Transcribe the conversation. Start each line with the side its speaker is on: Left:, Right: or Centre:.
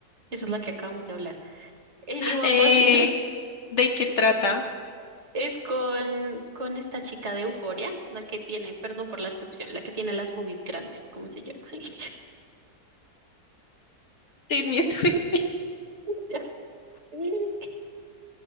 Right: Esa es la que acabamos de hablar. <laughs> Anyone
Left: Eh,
Right: But You <laughs>
Left: ¿de qué trata?
Right: es con, con esta chica de Euforia, la que tiene, perdón por la descripción, la que tiene las boobies grandes. ¿Cómo se llama <laughs> ella?
Left: Sydney
Right: Mm,
Left: Sweeney.
Right: ya. <laughs> Eh,